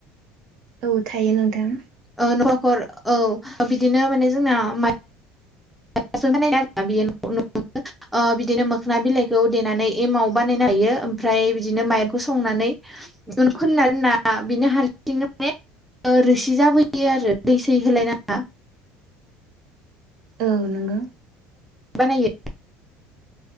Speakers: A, on the right; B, in the centre.
A: औ थायो नोंथां
B: ओ न'खर औ बिदिनो माने जोंना माइ <unintelligible> बानायना आरोना बिदिनो मोखोना बिलाइखौ देनानै एमाव बानायनो हायो। ओमफ्राय बिदिनो माइरखौ संनानै खोननानै होनना बिनो हारसिं माने रोसि जाबोयो आरो दै सै होलाय नांङा।
A: औ नोंगौ
B: बानायो